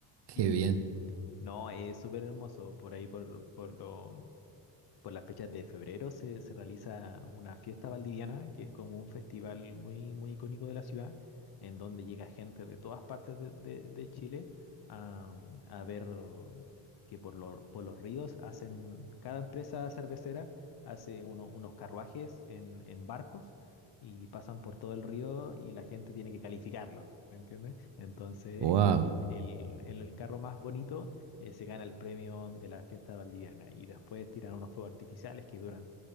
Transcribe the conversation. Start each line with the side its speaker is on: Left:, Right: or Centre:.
Right: qué
Left: Y
Right: bien.
Left: no, es súper hermoso por ahí, por, por lo, por las fechas de febrero se, se realiza una fiesta valdiviana, que es como un festival muy, muy icónico de la ciudad, en donde llega gente de todas partes de, de- de Chile a, a ver que por, lo- por los ríos hacen, cada empresa cervecera hace uno- unos carruajes en, en barcos. y pasan por todo el río y la gente tiene que calificarlo, ¿me entiendes? Entonces,
Right: Wow.
Left: el, el, el carro más bonito eh, se gana el premio de la fiesta valdiviana. Y después tiran unos fuegos artificiales que duran